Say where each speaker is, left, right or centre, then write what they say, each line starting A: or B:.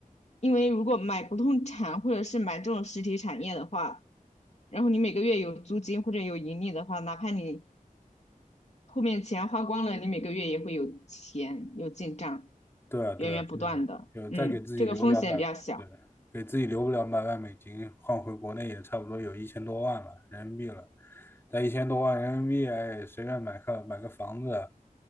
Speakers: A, on the left; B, on the left.
A: 因为如果买不动产或者是买这种实体产业的话，然后你每个月有租金或者有盈利的话，哪怕你后面钱花光了，你每个月也会有钱有进账，
B: 对啊，对啊，
A: 源源不断的。
B: 就是就再给自己留两百，
A: 嗯，这个风险比较小，
B: 对，给自己留两百万美金，换回国内也差不多有一千多万了人民币了。但一千多万人民币，哎，随便买个买个房子，